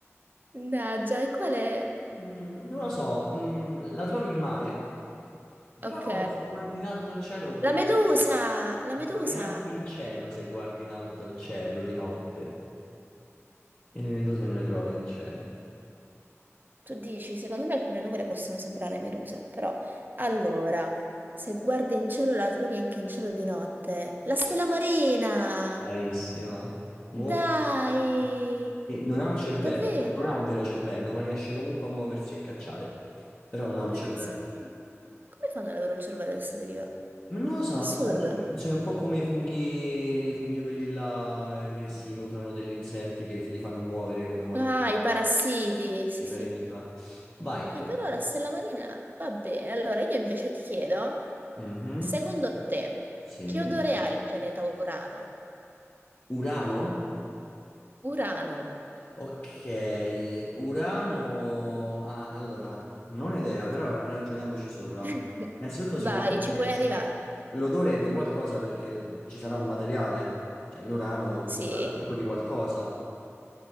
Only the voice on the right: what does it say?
Mannaggia, e qual è?
Ok.
La
medusa! La
medusa!
Tu dici, secondo me alcune nuvole possono sembrare meduse, però... Allora, se guardi in cielo la trovi anche in cielo di notte. La stella marina!
Dai!
Davvero?
Pensa
a te. Come fanno ad avere un cervello ad essere viva?
Assurdo.
Ah, i parassiti! Sì,
sì.
Eh, però
la
stella marina va bene. Allora io invece ti chiedo,
secondo te,
che odore ha il pianeta Urano?
Urano.
<laughs>
Vai,
ci puoi arrivare.
Sì,